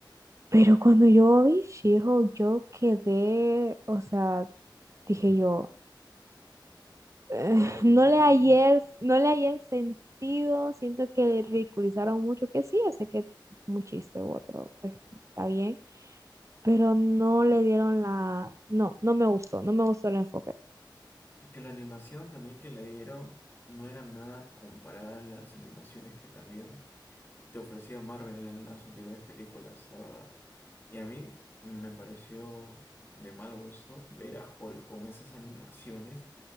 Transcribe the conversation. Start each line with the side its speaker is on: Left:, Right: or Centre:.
Right: Pero cuando yo vi she yo quedé, o sea, dije yo eh,
Left: claro,
Right: <laughs>
Left: yo
Right: no
Left: también.
Right: le hallé, el- no le hallé el sentido, siento que le ridiculizaron mucho, que sí, yo sé que es un chiste u otro, pues está bien, pero no le dieron la, no, no me gustó, no me gustó el enfoque,
Left: Es que la animación también que le dieron no era nada comparada a las animaciones que también te ofrecía Marvel en las anteriores películas, la verdad. Y a mí me pareció de mal gusto ver a Hulk con esas animaciones